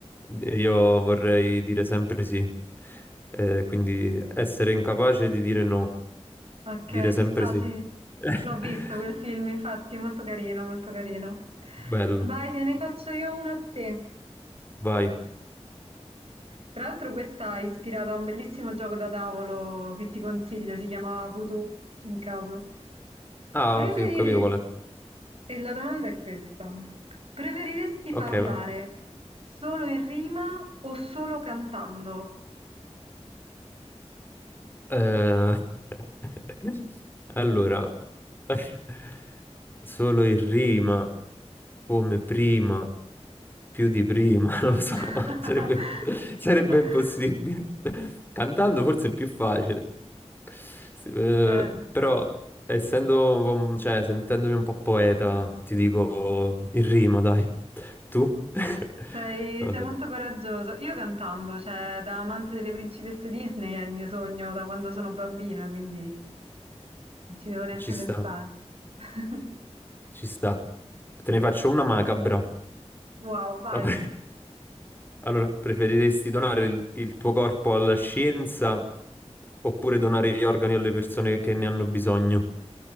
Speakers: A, on the left; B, on the right.
A: eh, io vorrei dire sempre sì. Eh, quindi essere incapace di dire no,
B: Ok,
A: dire
B: ci
A: sempre
B: sta,
A: sì.
B: sì.
A: <laughs>
B: L'ho visto quel film, infatti, molto carino, molto carino.
A: Bello,
B: Vai, te ne faccio io una a te.
A: vai.
B: Tra l'altro questa è ispirata a un bellissimo gioco da tavolo che ti consiglio, si chiamava Voodoo, in caso.
A: Ah,
B: Preferire...
A: sì, ho capito qual è.
B: E la domanda è questa. Preferiresti
A: Ok,
B: parlare
A: vai.
B: solo in rima o solo cantando?
A: Eh, <laughs> allora, <laughs> solo in rima, come prima, più di prima, <laughs> non lo so,
B: <laughs>
A: sarebbe, sarebbe impossibile. Cantando forse è più facile, S- eh,
B: Eh.
A: però essendo, un po'- cioè, sentendomi un po' poeta, ti dico in rima, dai. Tu? <laughs>
B: Sei,
A: Non
B: sei
A: lo so,
B: molto coraggioso. Io cantando, cioè da amante delle principesse Disney è il mio sogno da quando sono bambina, quindi non ci devo neanche
A: ci sta.
B: pensare. <laughs>
A: Ci sta. Te ne faccio una macabra.
B: Wow, vai.
A: Vabbè. Allora, preferiresti donare il, il tuo corpo alla scienza oppure donare gli organi alle persone che ne hanno bisogno?